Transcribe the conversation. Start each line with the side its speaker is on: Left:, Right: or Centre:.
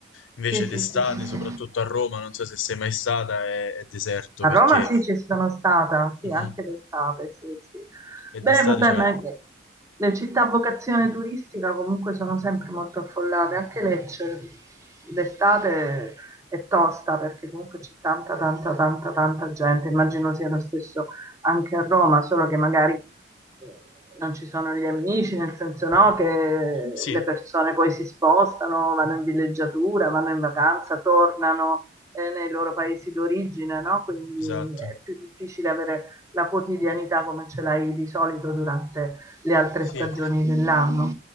Left: Invece
Right: Sì, sì,
Left: d'estate,
Right: sì, sì,
Left: soprattutto
Right: sì.
Left: a Roma, non so se sei mai stata, è, è deserto
Right: A
Left: perché...
Right: Roma sì, ci sono stata, sì,
Left: Mm,
Right: anche
Left: mm.
Right: d'estate, sì, sì.
Left: E
Right: Beh,
Left: d'estate
Right: vabbè,
Left: c'è...
Right: ma le città a vocazione turistica comunque sono sempre molto affollate, anche Lecce d'estate è tosta perché comunque c'è tanta, tanta, tanta, tanta gente. Immagino sia lo stesso anche a Roma, solo che magari eh, non ci sono gli amici, nel senso no, che le
Left: Sì,
Right: persone poi si spostano, vanno in villeggiatura, vanno in vacanza, tornano eh, nei loro paesi d'origine, no? Quindi
Left: esatto.
Right: è più difficile avere la quotidianità come ce l'hai di solito durante le altre
Left: Sì.
Right: stagioni dell'anno.